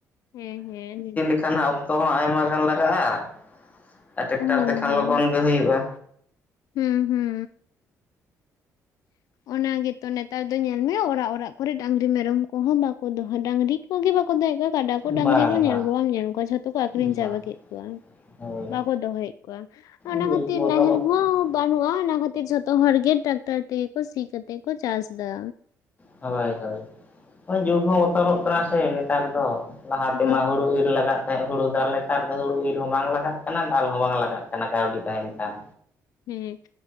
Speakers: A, on the left; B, on the left.
A: ᱦᱮᱸ ᱦᱮᱸ
B: ᱠᱷᱟᱱ ᱚᱠᱛᱚ ᱦᱚᱸ ᱟᱭᱢᱟ ᱜᱟᱱ ᱞᱟᱜᱟᱜᱼᱟ ᱟᱨ ᱴᱮᱠᱴᱟᱨ
A: ᱦᱳᱭ
B: ᱛᱮᱠᱷᱟᱱ
A: ᱦᱳᱭ
B: ᱞᱚᱜᱚᱱ ᱜᱮ ᱦᱩᱭᱩᱜᱼᱟ᱾
A: ᱦᱩᱸ ᱦᱩᱸ ᱚᱱᱟ ᱜᱮᱛᱚ ᱱᱮᱛᱟᱨ ᱫᱚ ᱧᱮᱞ ᱢᱮ ᱚᱨᱟᱜ ᱚᱨᱟᱜ ᱠᱚᱨᱮ ᱰᱟᱺᱝᱨᱤ ᱢᱮᱨᱚᱢ ᱠᱚᱦᱚᱸ ᱵᱟᱠᱚ ᱫᱚᱦᱚ ᱰᱟᱹᱝᱨᱤ ᱠᱚᱜᱮ ᱵᱟᱠᱚ ᱫᱚᱦᱚᱭᱮᱫ ᱠᱚᱣᱟ ᱠᱟᱰᱟ
B: ᱵᱟᱝ
A: ᱠᱚ ᱰᱟᱹᱝᱨᱤ ᱠᱚ
B: ᱵᱟᱝ
A: ᱧᱮᱞ ᱠᱚ ᱵᱟᱢ ᱧᱮᱞ ᱠᱚᱣᱟ ᱡᱷᱚᱛᱚ ᱠᱚ ᱟᱠᱷᱨᱤᱸᱧ
B: ᱵᱟᱝ
A: ᱪᱟᱵᱟ ᱠᱮᱜ ᱠᱚᱣᱟ᱾
B: ᱦᱳᱭ
A: ᱵᱟᱠᱚ ᱫᱚᱦᱚᱭᱮᱫ ᱠᱚᱣᱟ, ᱚᱱᱟ
B: ᱡᱩᱜᱽ
A: ᱠᱷᱟᱹᱛᱤᱨ
B: ᱵᱚᱫᱚᱞᱚᱜ
A: ᱱᱟᱦᱮᱞ ᱦᱚᱸ
B: ᱠᱟᱱᱟ ᱥᱮ
A: ᱵᱟᱹᱱᱩᱜᱼᱟ ᱚᱱᱟ ᱠᱷᱟᱹᱛᱤᱨ ᱡᱷᱚ ᱛᱚ ᱦᱚᱲᱜᱮ ᱴᱨᱟᱠᱴᱟᱨ ᱛᱮᱜᱮ ᱠᱚ ᱥᱤ ᱠᱟᱛᱮᱜ ᱠᱚ ᱪᱟᱥ ᱫᱟ᱾
B: ᱦᱳᱭ ᱦᱳᱭ ᱡᱩᱜᱽ ᱦᱚᱸ ᱵᱚᱛᱚᱞᱚᱜ ᱠᱟᱱᱟ ᱥᱮ ᱱᱮᱛᱟᱨ ᱫᱚ ᱞᱟᱦᱟ ᱛᱮᱢᱟ
A: ᱦᱳᱭ
B: ᱦᱩᱲᱩ ᱤᱨ ᱞᱟᱜᱟᱜ ᱠ ᱦᱩᱲᱩ ᱫᱟᱞ ᱞᱮᱛᱟᱨ ᱫᱚ ᱦᱩᱲᱩ ᱤᱨ ᱦᱚᱸ ᱵᱟᱝ ᱞᱟᱜᱟᱜ ᱠᱟᱱᱟ ᱫᱟᱞ ᱦᱚᱸ ᱵᱟᱝ ᱞᱟᱜᱟᱜ ᱠᱟᱱᱟ ᱠᱟᱣᱰᱤ ᱛᱟᱦᱮᱱ ᱠᱷᱟᱱ᱾
A: ᱦᱮᱸ